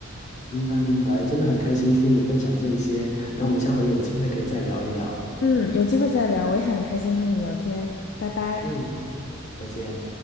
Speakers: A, on the left; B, on the left.
A: 明白明白，真的很开心听你分享这一些，那我们下回有机会可以再聊一聊。
B: 嗯嗯，有机会再聊，我也很开心和你聊天，拜拜。
A: 嗯，好再见。